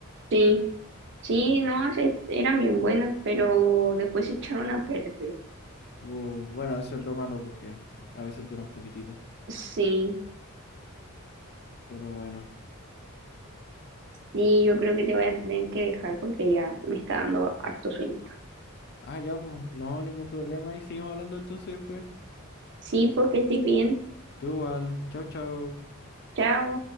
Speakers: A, on the right; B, on the left.
A: Sí, sí, no, se- eran bien buenas, pero después se echaron a perder.
B: Bu- bueno, eso es lo malo porque a veces duran poquitito,
A: Sí,
B: pero bueno.
A: y yo creo que te voy a tener que dejar porque ya me está dando harto sueño.
B: Ah, ya, pues, no, ningún problema y seguimos hablando entonces después.
A: Sí, porque estoy bien.
B: Tú igual, chao, chao.
A: Chao.